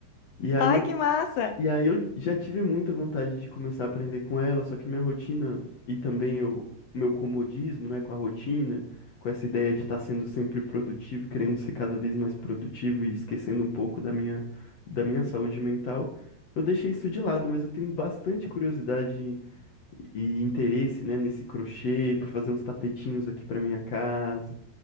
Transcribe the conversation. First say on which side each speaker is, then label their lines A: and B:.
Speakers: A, on the left; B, on the left.
A: E aí
B: Ai,
A: eu,
B: que massa!
A: e aí eu já tive muita vontade de começar a aprender com ela, só que minha rotina e também eu, meu comodismo, né, com a rotina, com essa ideia de estar sendo sempre produtivo, querendo ser cada vez mais produtivo e esquecendo um pouco da minha da minha saúde mental, eu deixei isso de lado, mas eu tenho bastante curiosidade e interesse, né, nesse crochê para fazer uns tapetinhos aqui para minha casa.